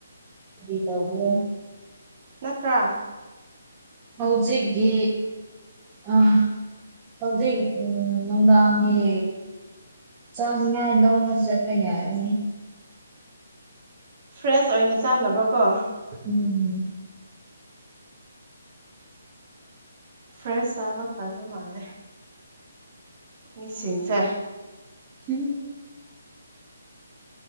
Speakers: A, on the right; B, on the right.
A: ꯕꯤ ꯇꯧꯕ꯭ꯔꯣ
B: ꯅꯠꯇ꯭ꯔꯥ
A: ꯍꯧꯖꯤꯛ ꯒꯤ ꯑ ꯍꯧꯖꯤꯛ ꯎꯝ ꯅꯨꯡꯗꯥꯡꯒꯤ ꯆꯥꯅꯤꯉꯥꯏ ꯂꯧꯕ ꯆꯠꯄ ꯌꯥꯔꯦ
B: ꯐ꯭ꯔꯦꯁ ꯑꯣꯏꯅ ꯆꯥꯅꯕ ꯀꯣ
A: ꯎꯝ ꯎꯝ
B: ꯐ꯭ꯔꯦꯁ ꯆꯥꯕ ꯇꯟꯕ ꯃꯥꯜꯂꯦ ꯃꯤꯁꯤꯡꯁꯦ
A: ꯎꯝ <unintelligible>